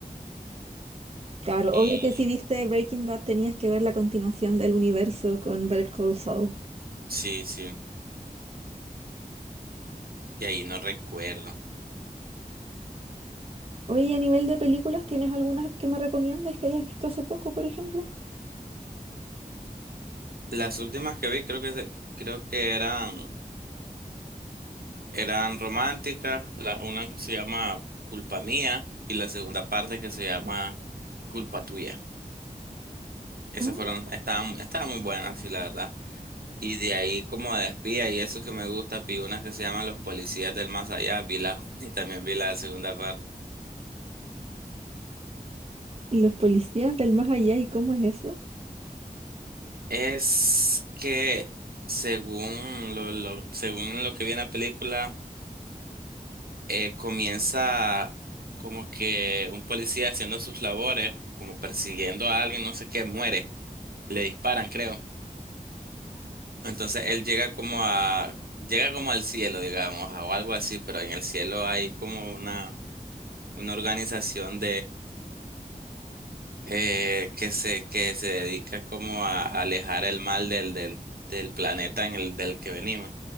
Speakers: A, on the right; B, on the right.
A: Claro,
B: y
A: obvio que si viste Breaking Bad tenías que ver la continuación del universo con Better Call Saul.
B: sí, sí, de ahí no recuerdo.
A: Oye, y a nivel de películas, ¿tienes algunas que me recomiendas que hayas visto hace poco, por ejemplo?
B: Las últimas que vi creo que se- creo que eran eran románticas, la una que se llama Culpa Mía y la segunda parte que se llama Culpa Tuya. Esas
A: Ah,
B: fueron estaban estaban muy buenas, sí, la verdad. Y de ahí como de espía y eso que me gusta, vi unas que se llaman Los Policías del Más Allá, vi la <laughs> y también vi la segunda parte.
A: ¿Y los policías del más allá? ¿Y cómo es eso?
B: Es que según lo, lo- según lo que vi en la película, eh, comienza como que un policía haciendo sus labores, como persiguiendo a alguien, no sé qué, muere, le disparan, creo. Entonces él llega como a, llega como al cielo, digamos, o algo así, pero en el cielo hay como una, una organización eh, que se, que se dedica como a, a alejar el mal del, del, del planeta en el del que venimos.